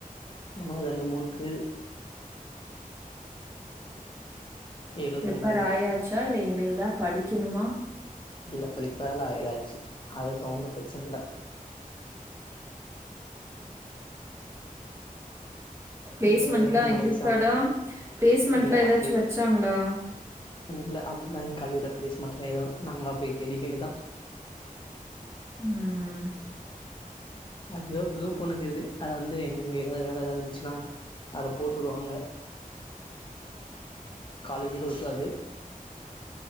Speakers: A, on the left; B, on the right.
A: ஒணு ரெண்டு மூணுக்கு எழுதணு
B: பிரிப்பர்
A: போயிட்டு
B: ஆயாச்சா இல்ல இனிமேல் தா படிக்கணுமா
A: இல்ல பிரிப்பேர்ல ஆயாச்சு அதுக்கு ஒண்ணு பிரச்சனை இல்ல
B: பிளேஸ்மென்ட்
A: இன்னொரு ரெண்டு
B: எலா
A: மூணு
B: இருக்காடா
A: எக்ஸாம்னு
B: பிளேஸ்மெண்ட்லா
A: இல்ல
B: ஏதாச்சு
A: அப்படி
B: வச்சாங்களா
A: இல்ல அப்பதான் என் காலேஜ்ல பிளேஸ் மெண்ட்லா எதுவு நாங்களல்லா போய் தேடிக்க வேண்டிதா
B: ம்
A: அது ஏதாவது பிகு பண்ணுக்குது அதது வந்து எங்கங்க ஏதாவது வேல ஏதாவ இருந்துச்சுன்னா அதல போட்டுடுவாங்க காலேஜுக்கு இருக்காது